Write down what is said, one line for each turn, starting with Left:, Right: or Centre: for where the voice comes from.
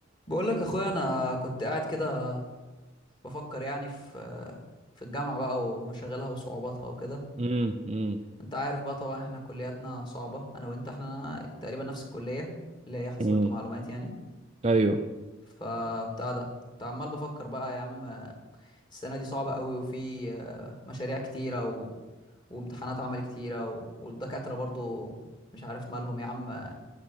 Left: بقول لك اخويا انا كنت قاعد كده بفكر يعني في في الجامعه بقى ومشاغلها وصعوباتها وكده
Right: امم امم
Left: انت عارف بقى طبعا احنا كلياتنا صعبه انا وانت احنا تقريبا نفس الكليه اللي هي حاسبات
Right: امم
Left: ومعلومات يعني
Right: ايوه
Left: فبتاع ده كنت عمال بفكر بقى يا عم السنه دي صعبه قوي وفي آه، مشاريع كتيره و... وامتحانات عمل كتيره و... والدكاتره برضو مش عارف مالهم يا عم